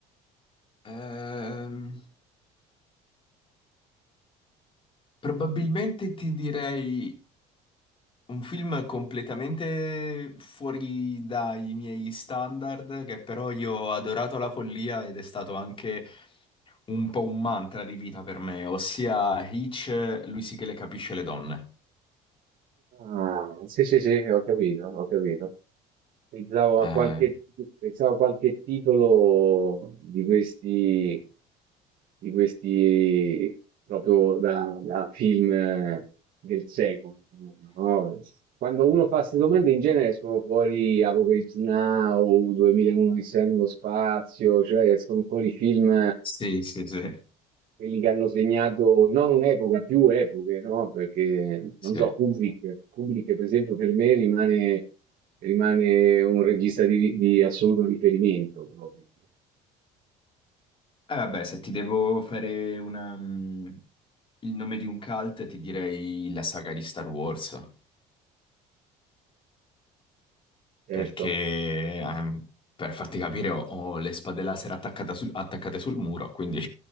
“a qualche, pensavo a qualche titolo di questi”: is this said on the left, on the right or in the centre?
Right